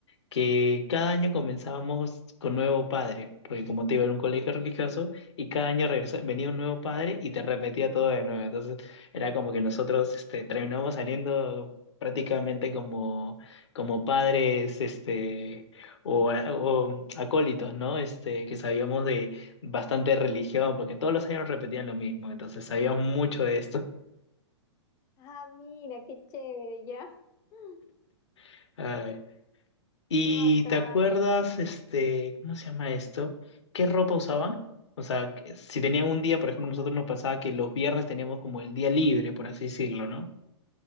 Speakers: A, on the left; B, on the left.
A: que cada año comenzábamos con nuevo padre, porque como te iba a un colegio religioso y cada año regresa- venía un nuevo padre y te repetía todo de nuevo. Entonces era como que nosotros este, terminábamos saliendo prácticamente como, como padres este, o, o acólitos, ¿no? Este, que sabíamos de bastante religión, porque todos los años repetían lo mismo, entonces sabíamos mucho de esto.
B: Ah, mira, qué chévere, ya. <laughs>
A: <laughs> ¿Y
B: Qué bacán.
A: te acuerdas, este, ¿cómo se llama esto? ¿Qué ropa usaban? O sea, que si tenían un día, por ejemplo,
B: Bueno,
A: nosotros nos pasaba que los viernes teníamos como el día libre, por así decirlo, ¿no?